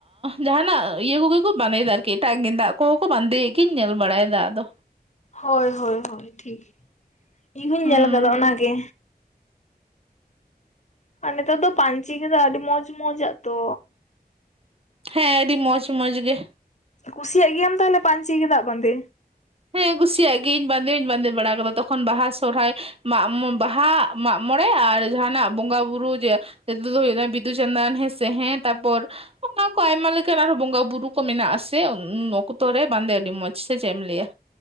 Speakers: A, on the right; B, on the left.
A: ᱡᱟᱦᱟᱱᱟᱜ ᱤᱭᱟᱹ ᱠᱚᱜᱮ ᱠᱚ ᱵᱟᱸᱫᱮᱭᱮᱫᱟ ᱟᱨᱠᱤ ᱮᱴᱟᱜ ᱜᱮᱸᱫᱟᱜ ᱠᱚᱠᱚ ᱵᱟᱸᱫᱮᱭᱮ ᱜᱤᱧ ᱧᱮᱞ ᱵᱟᱲᱟᱭᱮᱫᱟ ᱟᱫᱚ᱾
B: ᱦᱳᱭ ᱦᱳᱭ ᱦᱳᱭ ᱴᱷᱤᱠ ᱤᱧᱦᱩᱧ
A: ᱦᱩᱸ
B: ᱧᱮᱞ ᱟᱠᱟᱫᱟ ᱚᱱᱟᱜᱮ᱾ ᱟᱨ ᱱᱮᱛᱟᱨ ᱫᱚ ᱯᱟᱧᱪᱤ ᱜᱮᱫᱟᱜ ᱟᱹᱰᱤ ᱢᱚᱸᱡᱽ ᱢᱚᱸᱡᱽᱟᱜ ᱛᱚ᱾
A: ᱦᱮᱸ ᱟᱹᱰᱤ ᱢᱚᱡᱪ ᱢᱚᱡᱪ ᱜᱮ᱾
B: ᱠᱩᱥᱤᱭᱟᱜ ᱜᱮᱭᱟᱢ ᱛᱟᱦᱞᱮ ᱯᱟᱧᱪᱤ ᱜᱮᱫᱟᱜ ᱵᱟᱸᱫᱮ?
A: ᱦᱮᱸ ᱠᱩᱥᱤᱭᱟᱜ ᱜᱤᱧ ᱵᱟᱸᱫᱮ ᱦᱚᱧ ᱵᱟᱸᱫᱮ ᱵᱟᱲᱟ ᱠᱟᱫᱟ, ᱛᱚᱠᱷᱚᱱ ᱵᱟᱦᱟ ᱥᱚᱦᱨᱟᱭ ᱢᱟᱜ ᱢᱚ ᱵᱟᱦᱟ ᱢᱟᱜᱢᱚᱬᱮ ᱟᱨ ᱡᱟᱦᱟᱱᱟᱜ ᱵᱚᱸᱜᱟ ᱵᱳᱨᱳ ᱡᱮ ᱡᱮᱫ ᱫᱚ ᱦᱩᱭ ᱱᱟ ᱵᱤᱫᱩ ᱪᱟᱸᱫᱟᱱ ᱦᱮᱸᱥᱮ ᱦᱮᱸ ᱛᱟᱨᱯᱚᱨ ᱚᱠᱟ ᱠᱚ ᱟᱭᱢᱟ ᱞᱮᱠᱟᱱ ᱟᱨᱦᱚᱸ ᱵᱚᱸᱜᱟ ᱵᱩᱨᱩ ᱠᱚ ᱢᱮᱱᱟᱜᱼᱟᱥᱮ ᱩᱸᱷ-ᱩᱱ ᱚᱠᱛᱚᱨᱮ ᱵᱟᱸᱫᱮ ᱟᱹᱰᱤ ᱢᱚᱸᱡᱽ ᱥᱮ ᱪᱮᱜ ᱮᱢ ᱞᱟᱹᱭᱟ?